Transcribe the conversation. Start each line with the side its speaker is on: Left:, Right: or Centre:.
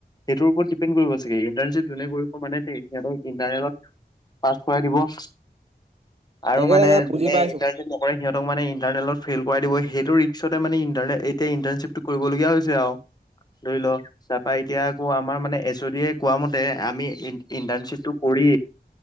Left: সেইটোৰ ওপৰত ডি- পেন কৰিব চাগে। ইন্টাৰ্ণশ্বিপ যোনে কৰিব মানে সেই হেতক ইন্টাৰনেলট পাছ কৰাই দিব - আৰু
Right: তাকে
Left: মানে
Right: তাকে
Left: যোনে
Right: বুজি পাইছো।
Left: ইন্টাৰ্ণশ্বিপ ন- কৰে, সিহঁতক মানে ইটাৰনেলত ফেইল কৰাই দিব সেইটো ৰিক্সটে মানে ইণ্টাৰনেল এতিয়া ইণ্টাৰ্ণশ্বিপটো কৰিবলগীয়া হৈছে আও। ধৰিল তাৰপা এতিয়া আকৌ আমাৰ মানে এ- ইচ‌ওদিয়ে কোৱা মতে আমি ইন - ইন্টাৰ্নশ্বিপটো কৰি,